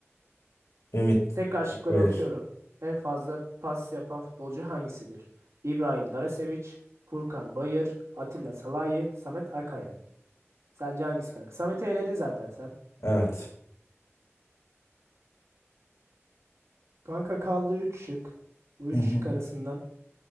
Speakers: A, on the left; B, on the right.
A: Ümit.
B: Tekrar şıkları
A: Hayır.
B: okuyorum. En fazla pas yapan futbolcu hangisidir? İbrahim Dareseviç, Furkan Bayır, Atilla Salahi, Samet Akaydın. Sence hangisi kanka? Samet'i eledin zaten sen.
A: Evet.
B: Kanka kaldı 3 şık. Bu üç
A: Hı hı.
B: şık arasından